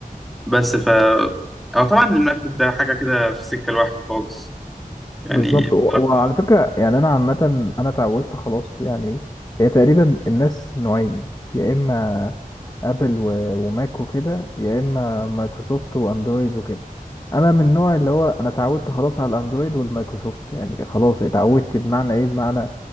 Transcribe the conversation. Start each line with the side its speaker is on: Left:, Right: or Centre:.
Centre: بس ف اه طبعا الماك بوك ده حاجة كده في سكة لوحده خالص يعني
Left: بالظبط و...
Centre: بصراحة
Left: وعلى فكرة يعني انا عامة انا اتعودت خلاص يعني هي تقريبا الناس نوعين يا اما ابل و- وماك وكده يا اما مايكروسوفت واندرويد وكده انا من النوع اللي هو انا اتعودت خلاص على الاندرويد والمايكروسوفت يعني خلاص اتعودت بمعنى ايه بمعنى